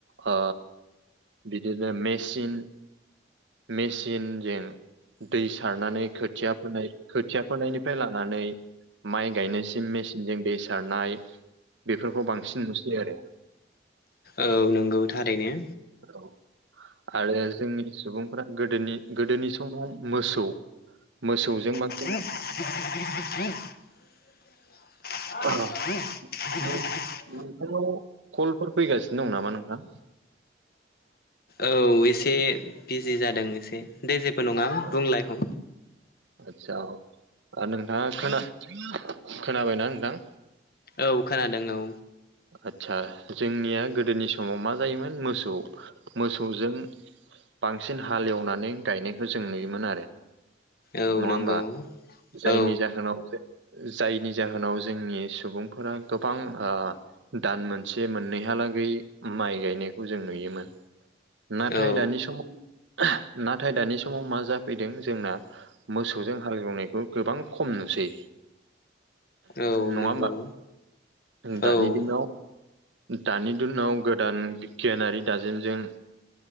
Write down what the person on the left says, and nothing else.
औ नंगौ थारैनो।
<inaudible> <inaudible>
औ एसे बिजि जादों एसे दे जेब बो नङा
बुंलायह
औ खोनादों औ
औ
नंगौ
औ
औ
औ
नंगौ
औ-